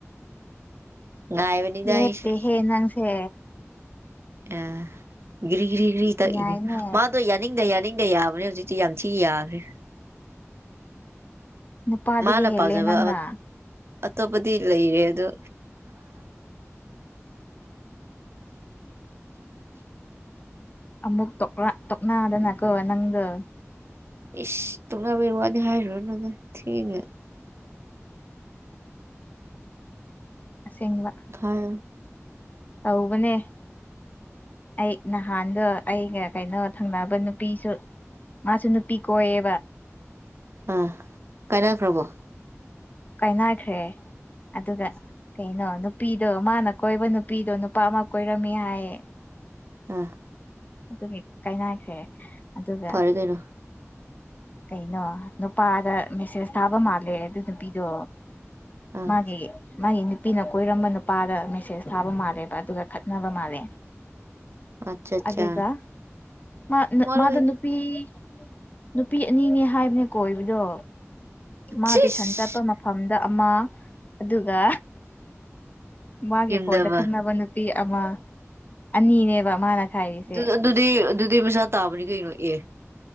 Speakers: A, on the right; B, on the left.
A: ꯉꯥꯏꯕꯅꯤꯗ
B: ꯂꯦꯞꯇꯦꯍꯦ
A: ꯑꯩꯁꯨ
B: ꯅꯪꯁꯦ
A: ꯑ ꯘ꯭ꯔꯤ ꯒ꯭ꯔꯤꯒ꯭ꯔꯤ ꯇꯛꯏꯅꯦ
B: ꯌꯥꯏꯅꯦ
A: ꯃꯥꯗꯣ ꯌꯥꯅꯤꯡꯗ ꯌꯥꯅꯤꯡ ꯏꯪꯗ ꯌꯥꯕ꯭ꯔ ꯍꯧꯖꯤꯛꯇꯤ ꯌꯥꯝ ꯊꯤ ꯌꯥꯈ꯭ꯔꯦ
B: ꯅꯨꯄꯥꯗꯒꯤ
A: ꯃꯥꯅ
B: ꯍꯦꯜꯂꯦ
A: ꯄꯥꯎꯖꯕ
B: ꯅꯪꯅ
A: ꯑꯇꯣꯞꯄꯗꯤ ꯂꯩꯔꯦ ꯑꯗꯣ
B: <unintelligible> ꯇ ꯇꯣꯛꯅꯥꯗꯅꯀꯣ ꯅꯪꯒ
A: ꯏꯁꯁ ꯇꯨꯡꯅꯥꯕꯩ ꯋꯥꯅꯤ ꯍꯥꯏꯔꯨꯔ ꯅꯪ ꯊꯦꯡꯅ
B: ꯁꯦꯡꯥ
A: ꯍꯥꯏꯔꯣ
B: ꯇꯧꯕꯅꯦ ꯑꯩ ꯅꯍꯥꯟꯗꯣ ꯑꯩꯒ ꯀꯩꯅꯣ ꯊꯪꯅꯕ ꯅꯨꯄꯤꯁꯨ ꯃꯥꯁꯨ ꯅꯨꯄꯤ ꯀꯣ ꯑꯦ
A: ꯑꯥ ꯀꯥꯏꯅꯈ꯭ꯔꯕꯣ
B: ꯀꯥꯏꯅꯈ꯭ꯔꯦ ꯑꯗꯨꯒ ꯀꯩꯅꯣ ꯅꯨꯄꯤꯗꯣ ꯃꯥꯅ ꯀꯣꯏꯕ ꯅꯨꯄꯤꯗꯣ ꯅꯨꯄꯥ ꯑꯃ ꯀꯣꯏꯔꯝꯃꯤ ꯍꯥꯏꯌꯦ
A: ꯑꯥ
B: ꯑꯗꯨꯒꯤ ꯀꯥꯏꯅꯈ꯭ꯔꯦ ꯑꯗꯨꯒ
A: ꯐꯔꯒꯅꯣ
B: ꯀꯩꯅꯣ ꯅꯨꯄꯥꯗ ꯃꯦꯁꯦꯁ ꯊꯥꯕ ꯃꯥꯜꯂꯦ ꯑꯗꯨ ꯅꯨꯄꯤꯗꯣ
A: ꯑꯥ
B: ꯃꯥꯒꯤꯒꯤ ꯃꯥꯒꯤ ꯅꯨꯄꯤꯅ ꯀꯣꯏꯔꯝꯕ ꯅꯨꯄꯥꯗ ꯃꯦꯁꯦꯁ ꯊꯥꯕ ꯃꯥꯜꯂꯦꯕ ꯑꯗꯨꯒ ꯈꯠꯅꯕ ꯃꯥꯜꯂꯦ
A: ꯑꯠꯆꯥ
B: ꯑꯗꯨꯒ
A: ꯆꯥ
B: ꯃꯥ ꯅ
A: ꯋꯥꯠꯂꯤꯗ
B: ꯃꯥꯗ ꯅꯨꯄꯤꯤ ꯅꯨꯄꯤ ꯑꯅꯤꯅꯦ ꯍꯥꯏꯕꯅꯦ ꯀꯣꯏꯕꯗꯣ ꯃꯥ
A: ꯁꯤꯁ
B: ꯇꯦꯁꯟ ꯆꯠꯄ ꯃꯐꯝꯗ ꯑꯃ ꯑꯗꯨꯒ ꯃꯥꯒꯤ
A: ꯌꯦꯡꯗꯕ
B: ꯐꯣꯗ ꯈꯪꯅꯕ ꯅꯨ ꯅꯨꯄꯤ ꯑꯃ ꯑꯅꯤꯅꯦꯕ ꯃꯥꯅ ꯈꯥꯏꯔꯤꯁꯦ
A: ꯑꯗꯨ ꯑꯗꯨꯗꯨꯗꯤ ꯑꯗꯨꯗꯨꯗꯤ ꯃꯁꯥ ꯇꯥꯕꯅꯤ ꯀꯩꯅꯅꯣ ꯑꯦ